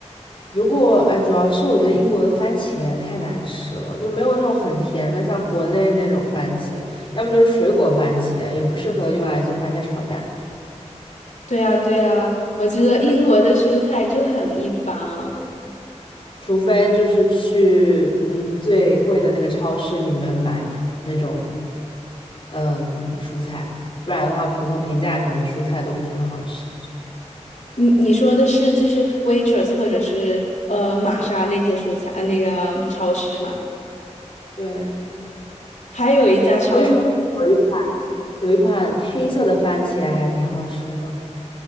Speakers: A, on the left; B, on the left.
A: 如果哎，主要是我觉得英国的番茄太难吃了，就没有那种很甜的，像国内那种番茄，要么就是水果番茄，也不适合用来做番茄炒蛋，
B: 对啊，对啊，我觉得英国的蔬菜就很一般。
A: 除非就是去嗯最贵的那个超市里面买那种嗯蔬菜，不然的话，普通平价里面的蔬菜都不是很好吃。
B: 你你说的是就是 Waitrose 或者是呃玛莎那些蔬菜，呃那个超市嘛？
A: 对，
B: 还有一家超，
A: 我一直有一款有一款黑色的番茄还挺好吃的。